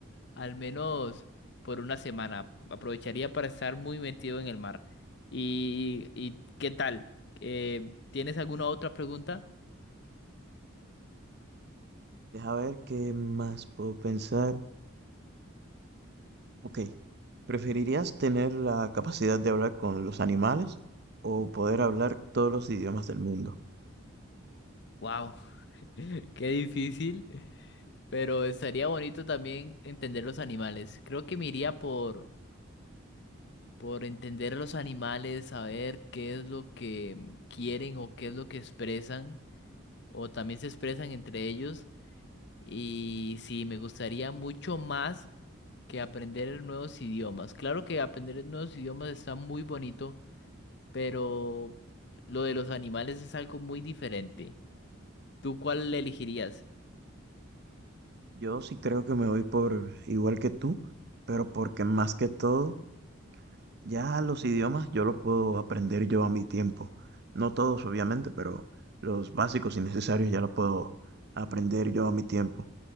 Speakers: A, on the left; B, on the right.
A: al menos por una semana. Aprovecharía para estar muy metido en el mar. ¿Y, y qué tal? Eh, ¿tienes alguna otra pregunta?
B: Deja ver qué más puedo pensar. Ok, ¿preferirías tener la capacidad de hablar con los animales o poder hablar todos los idiomas del mundo?
A: Wow, <laughs> qué difícil. Pero estaría bonito también entender los animales. Creo que me iría por, por entender los animales, saber qué es lo que quieren o qué es lo que expresan, o también se expresan entre ellos. Y sí, me gustaría mucho más que aprender nuevos idiomas. Claro que aprender nuevos idiomas está muy bonito, pero lo de los animales es algo muy diferente. ¿Tú cuál elegirías?
B: Yo sí creo que me voy por igual que tú, pero porque más que todo Ya los idiomas yo los puedo aprender yo a mi tiempo. No todos, obviamente, pero los básicos y necesarios ya los puedo aprender yo a mi tiempo.